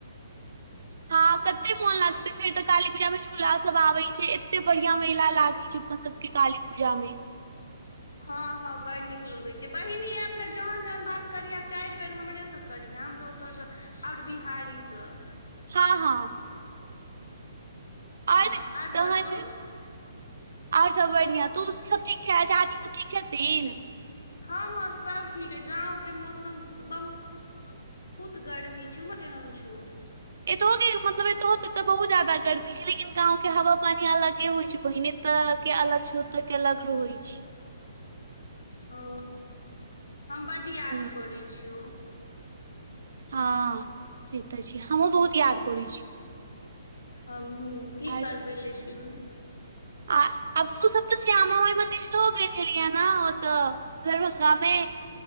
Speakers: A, on the right; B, on the left.
A: हँ ह कते मन लागते फेर त काली पूजा मे झूला सब आबे छै एते बढ़ियां मेला लागे छै अपन सब के काली पूजामे
B: हँ हँ बड़ नीक लगैत छै बहिनी ऐप मे जहन जहन बात करिय चारि बेर हमरे सभ करिहन दोसरसँ आओर बिहारीसँ
A: हँ हँ आर
B: हँ
A: तहन
B: बतो
A: आओर सब बढ़िआँ तु सब ठीक छै झाजी सब ठीक छथिन
B: हँ हँ सब ठीक है गाँंव के मौसम बहुत बहुत गर्मी छौ उमहर कहैन छै
A: एतहो के मतब एतहु बहुत जयदा गर्मी लेकिन गांव के हवा पानी अलगे होइ छै बहिने ए त के अलग छै ओत के अलग रहै छै
B: ओ हम बड याद
A: हूँ
B: करै छियौ
A: हँ से त छै हमहूँ बहुत याद करैत छी
B: हमहूं की
A: आर
B: करबे ले के
A: आ तू सब त श्यामा माइ मन्दिर सेहो गेल छलहिं ने ओत दरभंगा मे